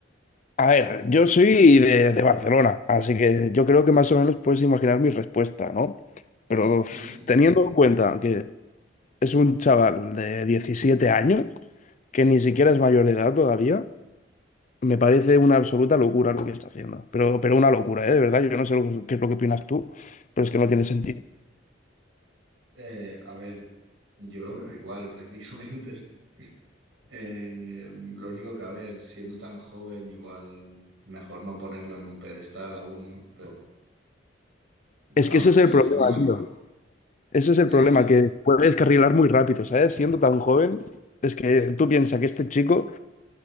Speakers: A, on the left; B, on the right.
A: A ver, yo soy de, de Barcelona, así que yo creo que más o menos puedes imaginar mi respuesta, ¿no? Pero uf,
B: Ujú.
A: teniendo en cuenta que es un chaval de 17 años, que ni siquiera es mayor de edad todavía, me parece una absoluta locura lo que está haciendo. Pero, pero una locura, ¿eh? De verdad, yo no sé lo que- qué es lo que opinas tú, pero es que no tiene sentido.
B: Eh, a ver, yo lo veo igual prácticamente. <laughs> Eh, lo único que, a ver, siendo tan joven, igual mejor no ponerlo en un pedestal aún, ¿no? Pero vamos,
A: Es que ese es el
B: es
A: problema,
B: lo más...
A: tío. Ese es el
B: Sí,
A: problema,
B: sí,
A: que puede descarrilar muy rápido, ¿sabes? Siendo tan joven, es que tú piensas que este chico